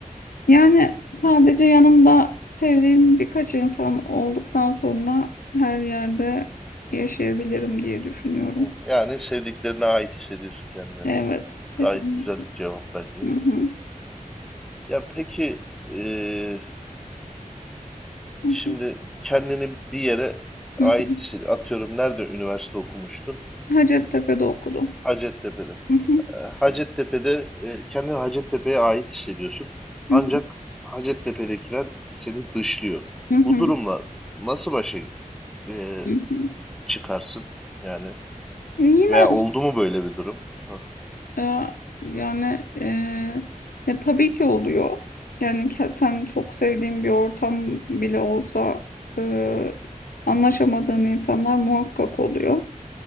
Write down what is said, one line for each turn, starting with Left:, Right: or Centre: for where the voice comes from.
Left: Yani sadece yanımda sevdiğim birkaç insan olduktan sonra her yerde yaşayabilirim diye düşünüyorum.
Centre: Hı. Yani sevdiklerine ait hissediyorsun kendini.
Left: Evet, kesin.
Centre: Gayet güzel bir cevap bence.
Left: Hı hı,
Centre: Ya peki eee,
Left: hı
Centre: şimdi
Left: hı,
Centre: kendini bir yere ait
Left: hı hı.
Centre: hissediyorsun. Atıyorum nerede üniversite okumuştun?
Left: Hacettepe'de okudum.
Centre: Hacettepe'de.
Left: Hı hı,
Centre: E, Hacettepe'de e, kendini Hacettepe'ye ait hissediyorsun. Ancak
Left: hı hı,
Centre: Hacettepe'dekiler seni dışlıyor.
Left: hı hı,
Centre: Bu durumla nasıl başa e,
Left: hı hı.
Centre: çıkarsın yani.
Left: E, Yine
Centre: Veya oldu mu böyle bir durum? Hı
Left: e, yani e, ya tabii ki oluyor. Yani ke- sen çok sevdiğin bir ortam bile olsa e, anlaşamadığın insanlar muhakkak oluyor.